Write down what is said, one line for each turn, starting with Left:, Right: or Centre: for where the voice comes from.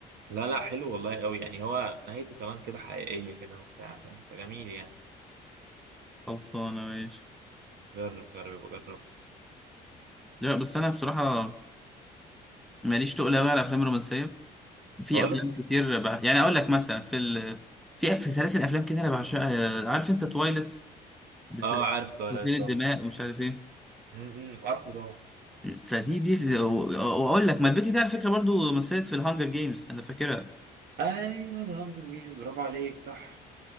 Right: لا لا حلو والله قوي يعني هو نهايته كمان كده حقيقية كده وبتاع فاهم فجميل يعني
Centre: خلصانة ماشي
Right: جرب جرب جرب
Centre: لا بس انا بصراحة ماليش تقل قوي على الافلام الرومانسية في
Right: خالص
Centre: افلام كتير بح... يعني اقول لك مثلا في ال... في أف- في سلاسل افلام كده انا بعشقها آه، عارف انت تويلت بالذات
Right: اه عارف تويلايت
Centre: غسيل الدماء
Right: طبعا
Centre: ومش عارف ايه
Right: م- م، عارفه طبعا
Centre: فدي دي و- واقول لك ما البت دي على فكره برضو مثلت في الهانجر جيمز انا فاكرها
Right: ايوه ده هانجر جيمز برافو عليك صح